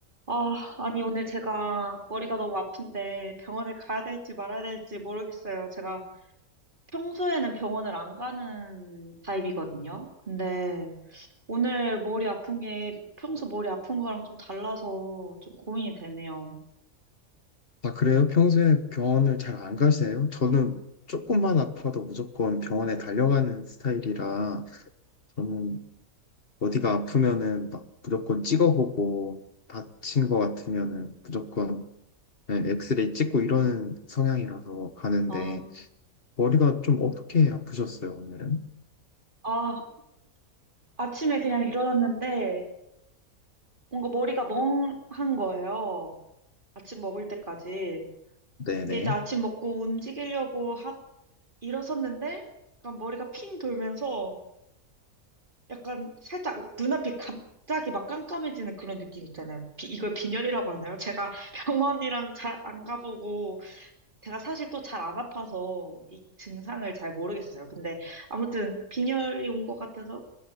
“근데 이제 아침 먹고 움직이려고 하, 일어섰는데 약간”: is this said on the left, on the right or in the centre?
Right